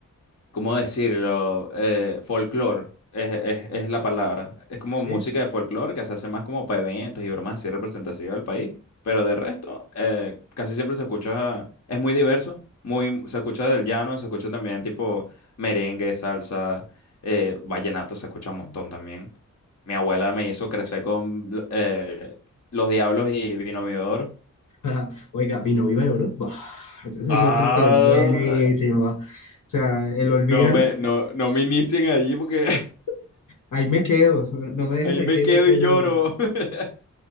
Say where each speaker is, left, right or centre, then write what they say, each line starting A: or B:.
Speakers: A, on the left; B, on the left.
A: ¿cómo decirlo? Eh, folclore, es, es- es la palabra. Es como
B: ¿sí?
A: música de folclore que se hace más como para eventos y bromas así representativas del país. Pero de resto, eh, casi siempre se escucha, es muy diverso, muy, se escucha del llano, se escucha también tipo merengue, salsa, eh, vallenato, se escucha un montón también. Mi abuela me hizo crecer con eh, Los Diablos y Vino Miodoro.
B: <laughs> Ajá. Oiga, mi novio de oro Buah, Entonces
A: Ah,
B: es otro que es buenísimo. O sea, el olvídala,
A: no me, no, no me inicien allí porque <laughs>
B: ahí me quedo. No me dejes
A: ahí
B: ahí
A: me
B: que
A: quedo
B: me quedo.
A: y
B: llorando.
A: lloro. <laughs>